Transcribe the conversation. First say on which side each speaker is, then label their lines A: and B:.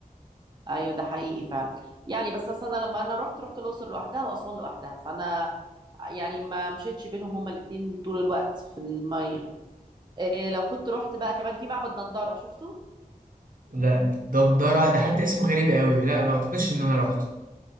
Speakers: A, on the right; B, on the right.
A: ايوه ده حقيقي فعلا يعني بس اصل انا لما انا رحت رحت الاقصر لوحدها واسوان لوحدها فانا يعني ما مشيتش بينهم هما الاتنين طول الوقت في الميه إيه لو كنت رحت بقى كمان في معبد دندره شفته
B: لا ده ندرة ده حتى اسمه غريب قوي لا ما اعتقدش ان انا رحته